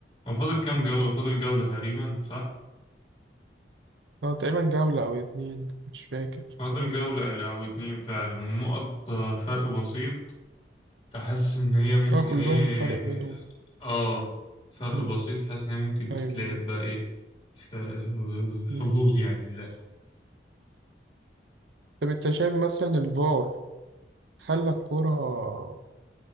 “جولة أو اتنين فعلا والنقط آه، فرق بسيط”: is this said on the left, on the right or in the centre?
Left